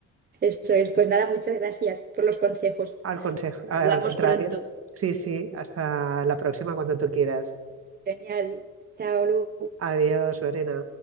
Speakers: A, on the right; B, on the right.
A: eso es. Pues nada, muchas gracias por los consejos.
B: Al consejo, al
A: Hablamos
B: contrario.
A: pronto.
B: Sí, sí, hasta la próxima cuando tú quieras.
A: Genial. Chao, Lu.
B: Adiós, Lorena.